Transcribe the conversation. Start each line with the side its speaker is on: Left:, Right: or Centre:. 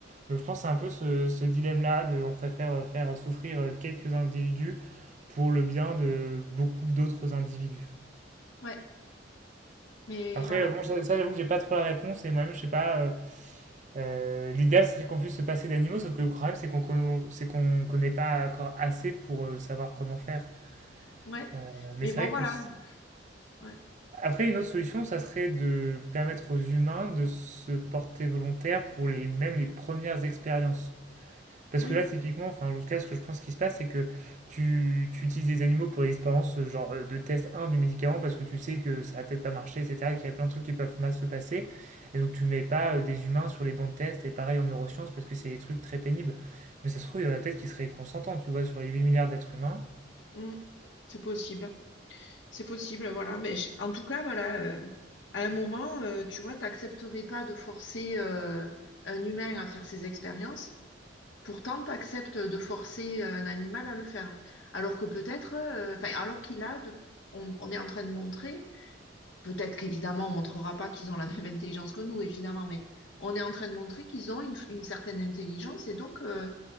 Right: Donc je pense que c'est un peu ce, ce dilemme-là de on préfère euh, faire souffrir euh, quelques individus pour le bien de beaucoup d'autres individus.
Left: Ouais. Mais
Right: Après,
Left: voilà,
Right: euh, bon, ça, ça, j'avoue que j'ai pas trop la réponse et moi-même je sais pas. euh, euh, l'idéal, serait qu'on puisse se passer d'animaux, sauf que le problème, c'est qu'on conna- c'est qu'on connaît pas encore assez pour euh, savoir comment faire.
Left: ouais.
Right: Euh, mais
Left: Mais
Right: c'est
Left: bon, voilà,
Right: vrai que... s-
Left: ouais.
Right: Après, une autre solution, ça serait de permettre aux humains de se porter volontaire pour les, même les premières expériences. Parce
Left: Oui,
Right: que là, typiquement, enfin, en tout cas, ce que je pense qui se passe, c'est que tu, tu utilises des animaux pour l'expérience euh, genre euh, de test un du médicament parce que tu sais que ça va peut-être pas marcher, etc., qu'il y a plein de trucs qui peuvent mal se passer. Et donc, tu mets pas euh, des humains sur les bancs de test et pareil en neurosciences parce que c'est des trucs très pénibles. Mais ça se trouve, il y en a peut-être qui seraient consentants, tu vois, sur les 8 milliards d'êtres humains.
Left: Mm. C'est possible. C'est possible, voilà. Mais je- en tout cas, voilà, euh, à un moment, euh, tu vois, t'accepterais pas de forcer euh, un humain à faire ses expériences. Pourtant, t'acceptes de forcer euh, un animal à le faire. Alors que peut-être, euh, enfin, alors qu'il a, de, on, on est en train de montrer, peut-être qu'évidemment, on montrera pas qu'ils ont la <laughs> même intelligence que nous, évidemment, mais on est en train de montrer qu'ils ont une, une certaine intelligence et donc, euh,